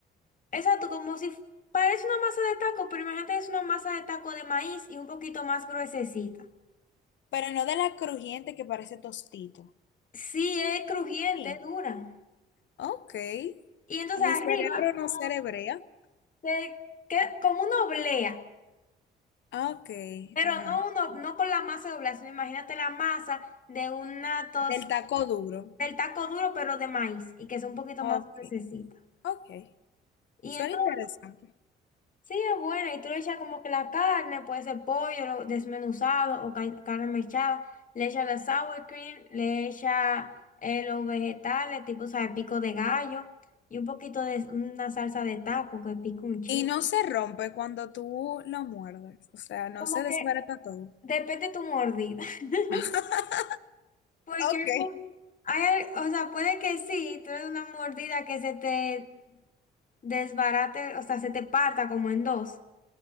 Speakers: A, on the left; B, on the left.
A: exacto, como si f- parece una masa de taco, pero imagínate es una masa de taco de maíz y un poquito más gruesecita.
B: Pero no de la crujiente que parece tostito.
A: Sí, es crujiente,
B: Sí.
A: es dura.
B: Ok.
A: Y entonces
B: Mi
A: arriba,
B: cerebro no
A: como,
B: cerebrea.
A: se queda- como una oblea,
B: Ok,
A: pero
B: ajá.
A: no, uno, no con la masa de oblea, sino imagínate la masa de una tos,
B: Del taco duro.
A: del taco duro, pero de maíz, y que es un poquito
B: Ok.
A: más necesita.
B: Ok.
A: Y
B: Suena
A: entonces
B: interesante.
A: Sí, es buena. Y tú le echas como que la carne, puede ser pollo lo- desmenuzado o ca- carne mechada. Le echas la sour cream, le echas eh, los vegetales, tipo, ¿sabes? Pico de gallo y un poquito de una salsa de taco que pica un chingo.
B: Y no se rompe cuando tú lo muerdes, o sea, no
A: Como
B: se desbarata
A: que
B: todo.
A: depende de tu mordida. <laughs>
B: <laughs>
A: Porque
B: Ok.
A: hay, mu- hay- o sea, puede que sí, tú eres una mordida que se te desbarate, o sea, se te parta como en dos.